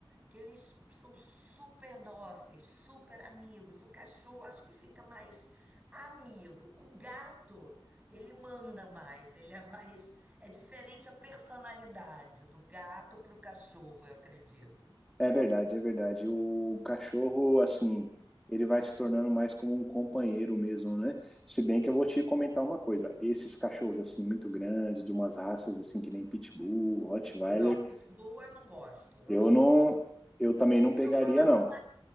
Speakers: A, on the right; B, in the centre.
A: que eles são super dóceis, super amigos. O cachorro acho que fica mais amigo. O gato, ele manda mais, ele é mais. É diferente a personalidade do gato para o cachorro, eu acredito.
B: É verdade, é verdade. O cachorro, assim, ele vai se tornando mais como um companheiro mesmo, né? Se bem que eu vou te comentar uma coisa. Esses cachorros, assim, muito grandes, de umas raças, assim, que nem Pitbull, Rottweiler,
A: Não, pitbull eu não gosto. Eu
B: eu
A: acho
B: não.
A: um pouco.
B: Eu também não
A: Eu
B: pegaria,
A: tô falando
B: não.